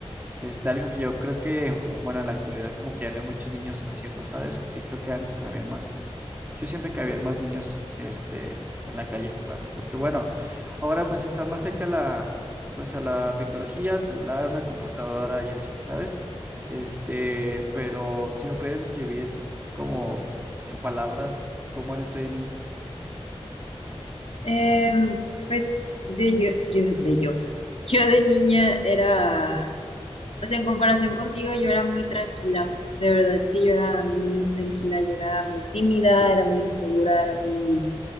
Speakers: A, on the right; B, on the left.
A: este, algo que yo creo que, bueno, en la actualidad como que ya no hay muchos niños haciendo, ¿sabes? Yo creo que antes habían más, yo siento que habían más niños, este, en la calle jugando, porque bueno, ahora pues está más cerca la, pues a la tecnología, al celular, una computadora y así, ¿sabes? Este, pero si me pudieras escribir como en palabras, ¿cómo eras tú de niño?
B: Em, pues de yo, yo, de yo. Yo de niña era O sea, en comparación contigo, yo era muy tranquila. De verdad que yo era muy, muy tranquila. Yo era muy tímida, era muy insegura, era muy,